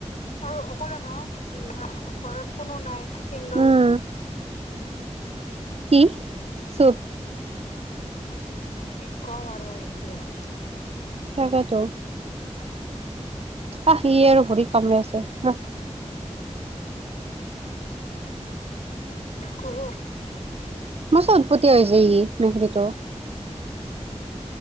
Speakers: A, on the left (about 85°); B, on the right (about 55°).
A: আৰু অকলে ন', উম, ঘৰত কোনো নাই চিংগল।
B: উম কি? চুট
A: কি কম আৰু মই এতিয়া?
B: তাকেটো। আহ, ' সি আৰু ভৰিত কামৰে আছে ৰ ',
A: কুহু,
B: মৎ্চ উৎপত্তিয়া হৈ আছে ই মেকৰিতু।